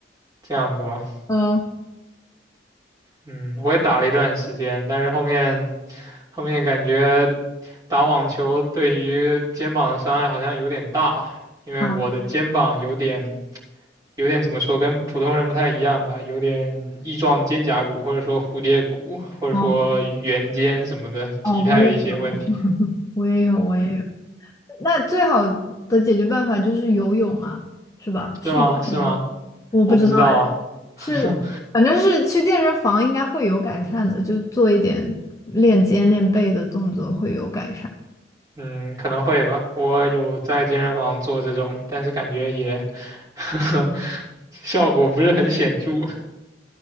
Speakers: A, on the right; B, on the left.
A: 这样子吗？
B: 嗯，
A: 嗯，我也打了一段时间，但是后面后面感觉打网球对于肩膀的伤害好像有点大，因为我的肩膀有点
B: 好。
A: 有点怎么说，跟普通人不太一样吧，有点翼状肩胛骨或者说蝴蝶骨或者说圆肩什么的体态的一些问题，
B: 嗯哦，我也有，我也有，我也有。那最好的解决办法就是游泳啊，是吧？是游泳吗？
A: 是吗？是吗？
B: 我不知道哎，
A: 我不知道啊，<laughs>
B: 是，反正是去健身房应该会有改善的，就做一点练肩练背的动作会有改善。
A: 嗯，可能会吧。我有在健身房做这种，但是感觉也 <laughs> 效果不是很显著。